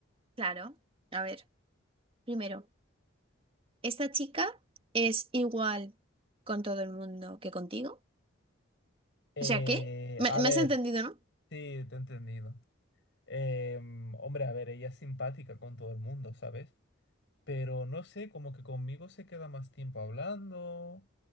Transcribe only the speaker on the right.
Claro, a ver, primero, ¿esta chica es igual con todo el mundo que contigo?
O sea, ¿qué? ¿Me,
me has entendido, no?